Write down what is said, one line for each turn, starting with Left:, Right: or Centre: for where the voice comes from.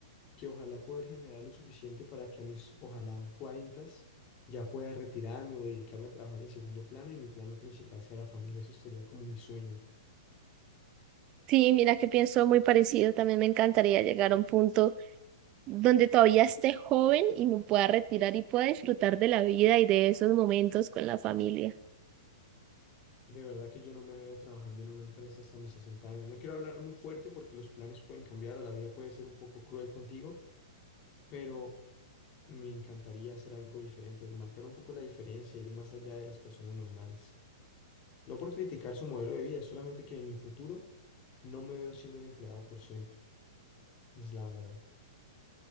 Left: que ojalá poder generar lo suficiente para que a mis, ojalá, cuarentas ya pueda retirarme o dedicarme a trabajar en segundo plano y mi plano principal sea la familia. Eso sería como mi sueño.
Right: Sí, mira que pienso muy parecido. También me encantaría llegar a un punto donde todavía esté joven y me pueda retirar y pueda disfrutar de la vida y de esos momentos con la familia.
Left: De verdad que yo no me veo trabajando en una empresa hasta mis 60 años. No quiero hablar muy fuerte porque los planes pueden cambiar o la vida puede ser un poco cruel contigo, pero me encantaría hacer algo diferente, marcar un poco la diferencia, ir más allá de las personas normales. No por criticar su modelo de vida, solamente que en mi futuro no me veo siendo un empleado por siempre. Es la verdad,